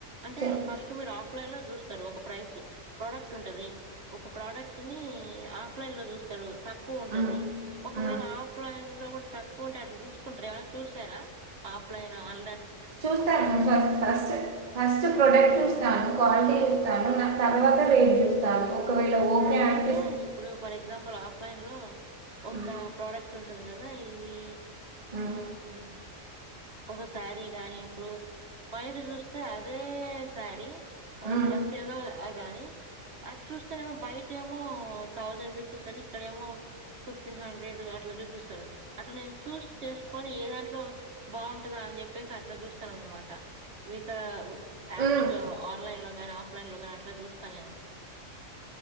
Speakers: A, on the right (about 55°); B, on the right (about 35°).
A: అంటే
B: చె-
A: ఫస్ట్ మీరు ఆఫ్లైన్ లో చూస్తారు ఒక ప్రైస్ ప్రోడక్ట్ ఉంటది ఒక ప్రడక్ట్ ని ఎ ఆఫ్లైన్ లో చూస్తారు తక్కువ ఉంటది
B: ఉమ్,
A: ఒకవేళ
B: ఉమ్.
A: ఆఫ్లైన్ లో కూడా తక్కువ ఉంటే అట్లా తీసుకుంటార ఏమైనా చూసారా ఆఫ్లైన్ ఆన్లైన్
B: చూస్తాను నేను ఫస్ ఫస్ట్ ఫస్ట్ ప్రోడక్ట్ చూస్తాను క్వాలిటీ స్తాను నాక్ తర్వాత రేట్ చూస్తాను ఒకవేళ ఓకే
A: నేనైతే
B: అనిపిస్తే
A: ఇప్పుడు ఫర్ ఎగ్జాంపుల్ ఆవ లైన్లో ఒక
B: ఉమ్,
A: ప్రడక్ట్ ఉంటు ఉంటది కదా ఇవి ఆ
B: ఉమ్,
A: వును ఒక సారి గాని ఇప్పుడు బయట చూస్తే అవె శారీ
B: ఉమ్,
A: డ్రెస్ ఏదో అ గానీ అది చూస్తేనే ఫైట్ ఏమో థౌసండ్ రూపీస్ ఇక్కడ ఏమో ఫిఫ్టీన్ హండ్రెడ్ అట్ల చూపిస్తారు అట్లా నేన్ చూస్ చేసుకొని ఏ దాంట్లో బాగుంటంద అని చెప్పేసి అట్ల చూస్తాను అనమాట వితా యాప్స్
B: ఉమ్.
A: లో ఆన్లైన్ లో గని ఆఫ్లైన్ లో గని అట్లా చూస్తా నేను